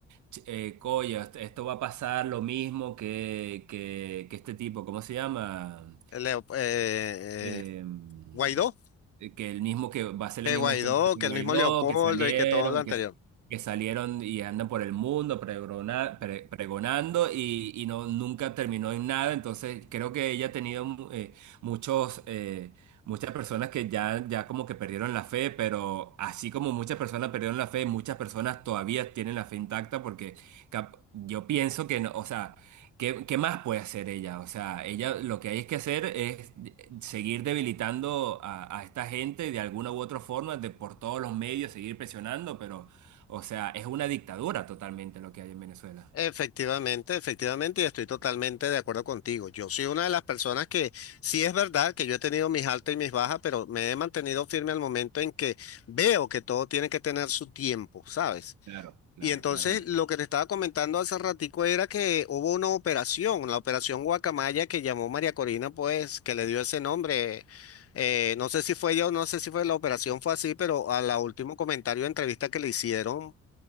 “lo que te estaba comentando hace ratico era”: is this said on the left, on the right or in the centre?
Left